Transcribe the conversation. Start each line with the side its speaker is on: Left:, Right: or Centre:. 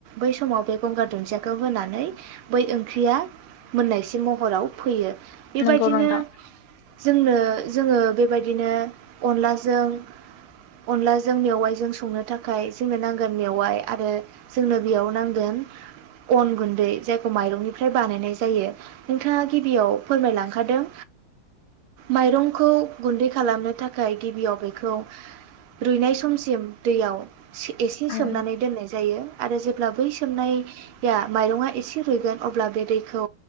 Right: बै समाव बे गंगार दुन्दियाखौ होनानै बै ओंख्रिया मोननायसिम महराव फैयो। बेबायदिनो
Left: नोंगौ नोंथां।
Right: जोंनो जोङो बेबायदिनो अनलाजों अनलाजों मेवाइजों संनो थाखाय जोंनो नांगोन मेवाइ आरो जोंनो बेयाव नांगोन अन गुन्दै जायखौ माइरंनिफ्राय बानायनाय। जायो। नोंथाङा गिबियाव फोरमायलांखादों माइरंखौ गुन्दै खालामनो थाखाय गिबियाव बेखौ रुयनाय समसिम दैयाव एसे
Left: उम
Right: सोमनानै दोननाय जायो आरो जे ब्ला बै सोमनाया माइरंया एसे रुइगोन अब्ला बे दै खौ